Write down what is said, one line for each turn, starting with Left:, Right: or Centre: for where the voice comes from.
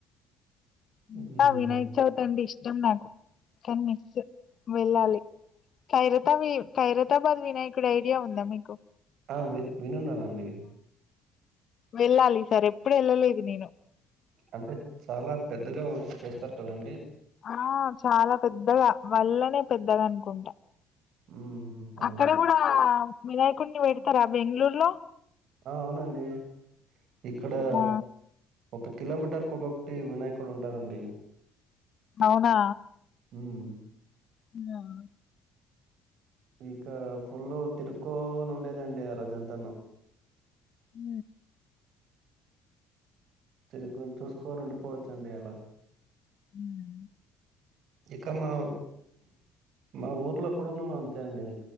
Right: హ్మ్.
Left: ఇంకా వినాయ చవితి అంటే ఇష్టం నాకు కానీ మిస్ వెళ్ళాలి. ఖైరతవీ ఖైరతాబాద్ వినాయకుడు ఐడియా ఉందా మీకు
Right: ఆ! వి వినున్నానండి.
Left: వెళ్ళాలి ఈ సారీ ఎప్పుడు వెళ్ళలేదు నేను
Right: అంటే చాలా పెద్దగా వర్క్ చేస్తారు కదండి
Left: ఆ చాలా పెద్దగా వల్లనే పెద్దగా అనుకుంటా
Right: హుహు. అవును.
Left: అక్కడ గుడా వినాయకున్ని పెడతరా బెంగళూరులో
Right: ఆ అవునండి ఇక్కడా
Left: ఆ
Right: ఒక కిలోమీటర్కి ఒకక్కొక్కటి వినాయకుడు ఉంటారండి
Left: అవునా
Right: ఉహు
Left: ఉన్నవ
Right: ఇంకా ఫుల్ తిరుక్కోని ఉండేదండి ఆ రోజంతాను
Left: ఉ
Right: తినుకు చూసుకొని ఉండిపోవచ్చండి అలా
Left: ఉ ము
Right: ఇక మా మా ఊర్లో కూడాను అంతే అండి